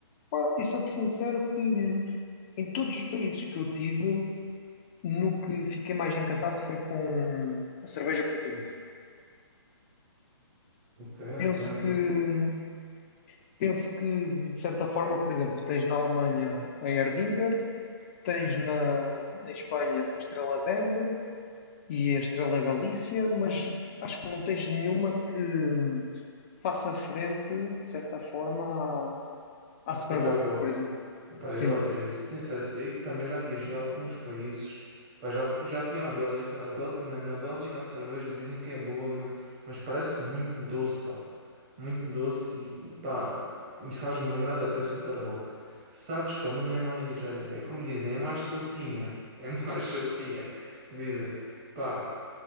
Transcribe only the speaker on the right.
Ok, ok,
ok.
Super Bowl.
Epá,
eu, olha, eu sou-te sincero, e também já viajei a alguns países. Pá, já, fui- já fui à Bélgica. a Bel- na, na Bélgica a cerveja dizem que é boa, meu, mas parece muito doce, pá. Muito doce e, e, pá, e faz-me lembrar até Superboc. Sagres para mim é mais, olha, é como dizem, é mais soltinha. É <laughs> mais soltinha, dizem. Pá,